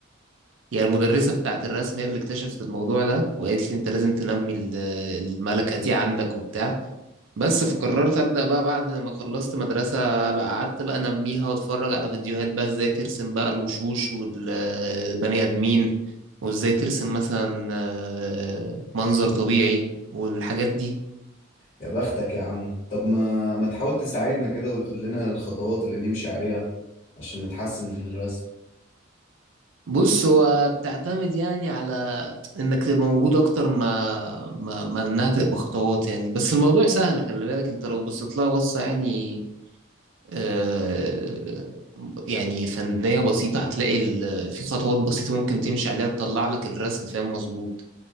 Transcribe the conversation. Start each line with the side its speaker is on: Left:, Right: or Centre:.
Right: يعني المدرسه بتاعت الرسم هي اللي اكتشفت الموضوع ده وقالت لي انت لازم تنمي ال- الملكه دي عندك وبتاع بس فقررت ابدا بقى بعد ما خلصت مدرسه بقى قعدت بقى انميها واتفرج على فيديوهات بقى ازاي ترسم بقى الوشوش والبني ادمين وازاي ترسم مثلا آه، منظر طبيعي والحاجات دي
Left: يا بختك يا عم طب ما ما تحاول تساعدنا كده وتقول لنا الخطوات اللي نمشي عليها عشان نتحسن في الرسم
Right: بص هو بتعتمد يعني على انك تبقى موجود اكتر ما ما ما انها تبقى خطوات يعني بس الموضوع سهل خلي بالك انت لو بصيت لها بصة يعني آه يعني فنية بسيطة هتلاقي ال- في خطوات بسيطة ممكن تمشي عليها تطلع لك الرسم فاهم مظبوط